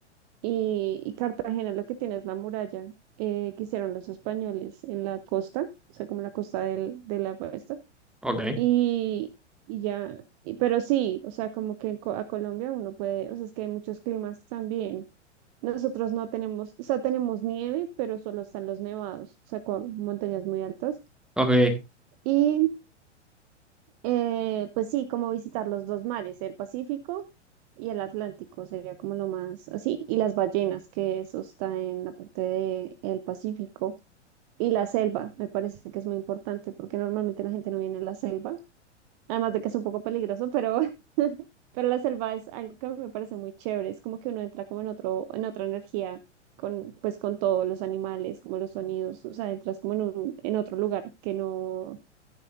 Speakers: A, on the right (about 35°); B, in the centre.
A: y, y Cartagena lo que tiene es la muralla. eh, que hicieron los españoles en la costa, o sea, como la costa del, de la puesta,
B: <laughs> ok,
A: y, y ya, y- pero sí, o sea, como que en Co- a Colombia uno puede, o sea, es que hay muchos climas también, nosotros no tenemos, o sea, tenemos nieve, pero solo están los nevados, o sea, con montañas muy altas.
B: ok,
A: Y eh, pues sí, como visitar los dos mares, el Pacífico y el Atlántico, sería como lo más así. Y las ballenas, que eso está en la parte de el Pacífico. Y la selva, me parece que es muy importante, porque normalmente la gente no viene a la selva Además de que es un poco peligroso, pero, <laughs> pero la selva es algo que me parece muy chévere. Es como que uno entra como en otro, en otra energía, con, pues con todos los animales, como los sonidos, o sea, entras como en un, en otro lugar que no,